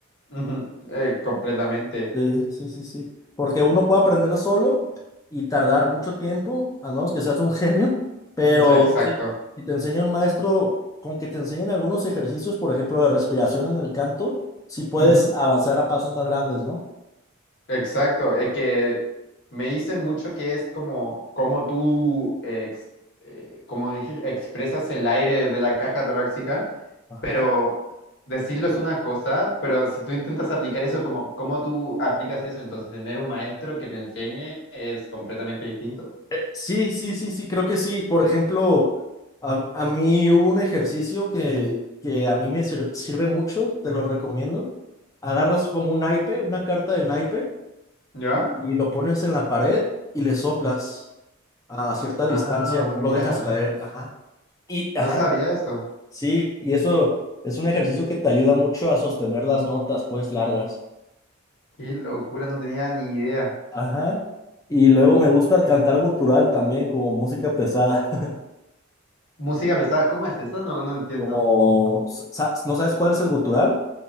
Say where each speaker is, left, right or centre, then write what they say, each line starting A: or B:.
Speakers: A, on the left; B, on the left.
A: Ujú, eh, completamente.
B: Sí, sí, sí, sí. Porque uno puede aprender solo y tardar mucho tiempo, a menos que seas un genio, pero
A: Mm, Exacto.
B: si, si te enseña un maestro, con que te enseñen algunos ejercicios, por ejemplo, de respiración en el canto, sí puedes
A: Ujú,
B: avanzar a pasos más grandes, ¿no?
A: Exacto. Es que me dicen mucho que es como, como tú, eh, ex- eh, como dices, expresas el aire de la caja torácica,
B: Ajá.
A: pero decirlo es una cosa, pero si tú intentas aplicar eso, como, ¿cómo tú aplicas eso? Entonces, tener un maestro que te enseñe es completamente distinto.
B: Eh, sí, sí, sí, sí, creo que sí. Por ejemplo, a, a mí hubo un ejercicio que, que a mí me sir- sirve mucho, te lo recomiendo. Agarras como un naipe, una carta de naipe,
A: ¿Ya?
B: y y lo pones en la pared y le soplas. a cierta distancia
A: Ah,
B: y
A: mira.
B: no lo dejas caer. Ajá. Y, ajá,
A: No sabía eso.
B: sí, y eso es un ejercicio que te ayuda mucho a sostener las notas, pues, largas.
A: Qué locura, no tenía ni idea.
B: Ajá. Y luego me gusta el cantar gutural también, como música pesada. <laughs>
A: Música pesada, ¿cómo es eso? No, no entiendo.
B: Como, sa- ¿no sabes cuál es el gutural?